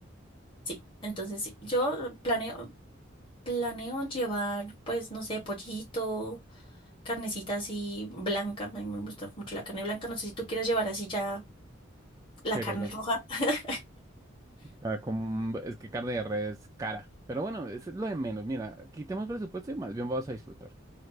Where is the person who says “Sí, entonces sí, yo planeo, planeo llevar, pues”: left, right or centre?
Left